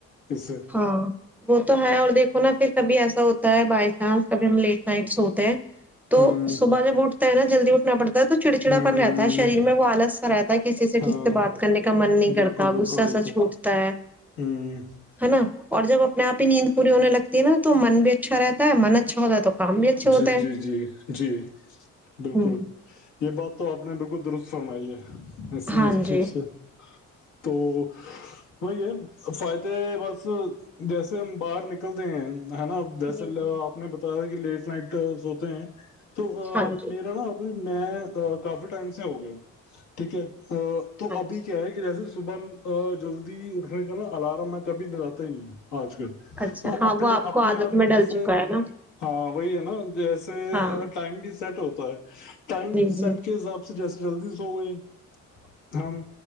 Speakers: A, on the left; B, in the centre.
A: اس سے
B: ہاں وہ تو ہے اور دیکھو ہوناا پھر کبھی ایسا ہوتا ہے بائی چانس کبھی ہم ل لیٹ نائٹس سوتے ہیں تو
A: ہوں
B: صبح جب اٹھتے تو نا جلدیٹھناڑتا تو چڑچڑا
A: ہوں
B: پن رہتا ہے شریر میں وہ آلس سا رہتا ہے کسی سے
A: ہاں
B: ٹھیک سے بات کرنے کا من نہیں
A: بالکل
B: کرتا
A: بالکل
B: غصہ
A: بالکل
B: سا چھوٹتا ہے
A: ہوں
B: ہے نا اور جب اپنے آپ ہی نیند پوری ہونے لگتی دینا تو من بھی اچھا رہتا ہے من اچھا ہوتا تو کام بھی اچھے ہوتے
A: جی
B: ہیں
A: جی جی جی بالکل
B: ہوں
A: یہ بات تو آپ نے بالکل درست فرمائی ہے اسے
B: ہاں
A: اچھا
B: جی
A: اچھا تو وہی ہے فائدے بس جیسے ہم باہر نکلتے ہیں ہے نا ا جسے
B: جی جی
A: آپ نے بتایا کہ لیٹ <unintelligible> ہوتے ہیں توب
B: ہاں جی
A: میرا نا اب میں کافی ٹائم سے ہو گیا ہوں ٹھیک ہے ا تو
B: ہاں
A: ابھی
B: جی
A: کیا ہے کہ جیسے صبح جلدی اٹھنے کا نا الارم ہے کبھی لگاتا ہی نہیں آج کل
B: اچھا
A: تو
B: ہاں
A: اپنے
B: وہ کو
A: اپنے
B: عادت
A: آپ ہی
B: میں
A: جیسے
B: ڈل چکا ہے نا
A: ہاں وہی ہے نا جیسے
B: ہاں
A: ٹائم بھی سیٹ ہوتا پر <unintelligible> ٹائم
B: جی جی
A: سیٹ کے حساب سے جیسے جلدی سو گئے ہم